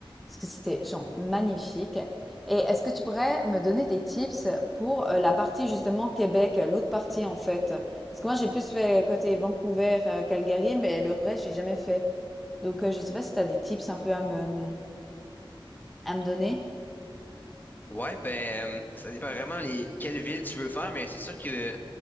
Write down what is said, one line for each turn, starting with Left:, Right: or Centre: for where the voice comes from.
Centre: parce que c'était, genre, magnifique. Et est-ce que tu pourrais me donner des tips pour euh, la partie, justement, Québec, euh, l'autre partie, en fait? Parce que moi, j'ai plus fait côté Vancouver, euh, Calgary, mais le reste, j'ai jamais fait. Donc, euh, je sais pas si tu as des tips un peu à me, à me donner.
Left: Ouais, ben, euh, ça dépend vraiment les quelle ville tu veux faire, mais c'est sûr que